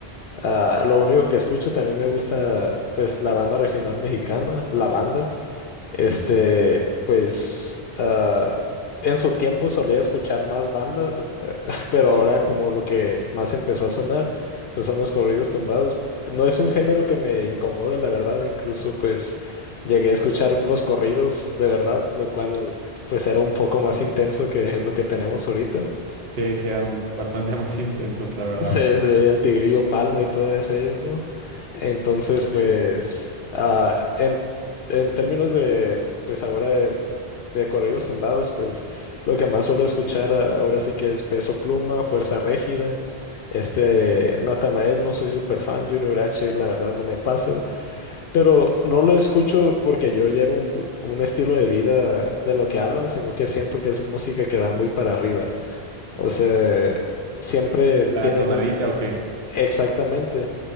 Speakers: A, on the left (about 75°); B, on the right (about 70°).
A: ah, lo único que escucho, también me gusta pues la banda regional mexicana, la banda. Este, pues ah, en su tiempo solía escuchar más bandas, eh, <laughs> pero ahora como lo que más empezó a sonar, pues son los corridos tumbados. No es un género que me incomode, la verdad, incluso pues llegué a escuchar los corridos de verdad, lo cual pues era un poco más intenso que lo que tenemos ahorita. <laughs>
B: Sí, sí, eran bastante <laughs> más intensos, la verdad.
A: sí se- el Tigrillo Palma y todos ellos, ¿no? Entonces,
B: Sí.
A: pues, ah, en, en términos de, pues ahora de de corridos tumbados, pues lo que más suelo escuchar a- ahora sí que es Peso Pluma, Fuerza Régida, este Natanael, no soy super fan, Junior H, la verdad no me pasa, pero no lo escucho porque yo llevo un, vi- un estilo de vida de lo que hablan, sino que siento que es música que da muy para arriba, o sea, siempre
B: ¿La
A: tienen...
B: tonadita
A: un-
B: o qué?
A: Exactamente.